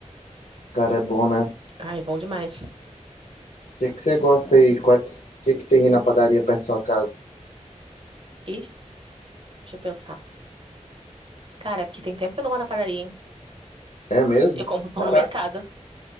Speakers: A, on the left (about 80°); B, on the right (about 45°).
A: Cara, é bom, né? O
B: Ai, bom demais.
A: que que você gosta aí? Quais, o que que tem aí na padaria perto da sua casa?
B: Ixi, deixa eu pensar. Cara, é porque tem tempo que eu não vou na padaria, hein?
A: É mesmo?
B: Eu compro pão
A: Caraca.
B: no mercado.